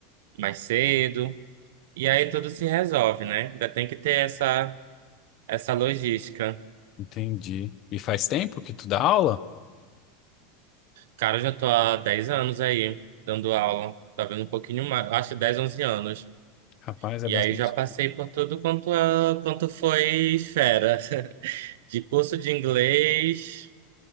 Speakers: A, on the right (about 75°); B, on the left (about 40°).
A: mais cedo. E aí tudo se resolve, né? Ainda tem que ter essa, essa logística.
B: entendi. E faz tempo que tu dá aula?
A: Cara, eu já tô há 10 anos aí, dando aula, Tá vendo um pouquinho mais, acho que 10, 11 anos.
B: Rapaz, é
A: E
B: bastante.
A: aí já passei por tudo quanto, é- quanto foi esfera. <laughs> De curso de inglês,